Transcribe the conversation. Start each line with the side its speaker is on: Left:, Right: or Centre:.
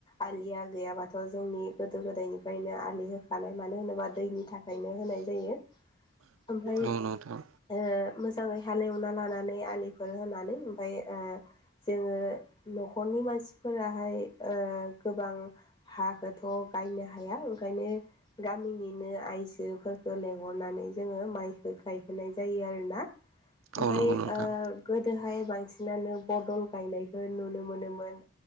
Left: आलिया गैयाबाथाय थ' जोंनि गोदो गोदायनिफ्रायनो आलि होखानाय मानो होनोबा दैनि थाखायनो होनाय जायो। ओमफाय
Right: औ नोंथां
Left: ओ मोजाङै हालेवना लानानै आलिफोर होनानै ओमफाय जोङो न'खरनि नि मानसिफोराहाय ओ गोबां हाखौथ' गायनो हाया ओंखायनो गामिनिनो आइजोफोरखौ लेंहरनानै माइखौ गायहोनाय जायो आरोना ओमफ्राय
Right: औ नंगौ नोंथां
Left: गोदोहाय बांसिनानो बदल गायनायखौ नुनो मोनोमोन